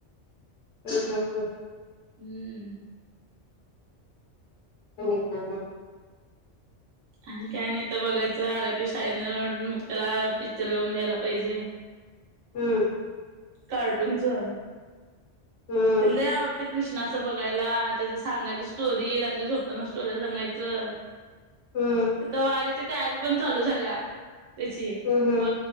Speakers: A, on the left; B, on the right.
A: हम्म हम्म
B: हम्म
A: <unintelligible>
B: आणि काय नाही, आता बघायचं आला की शाळतनं मग त्याला पिक्चर लावून द्यायला पाहिजे.
A: हम्म
B: कार्टूनचं
A: हम्म
B: त्याला लय आवडतंय. कृष्णाचं बघायला, त्याचं सांगायचं स्टोरी रात्री झोपताना स्टोऱ्या सांगायचं.
A: हम्म
B: आता वारीची तयारी पण चालू झाल्या. त्याची, अ
A: हम्म हम्म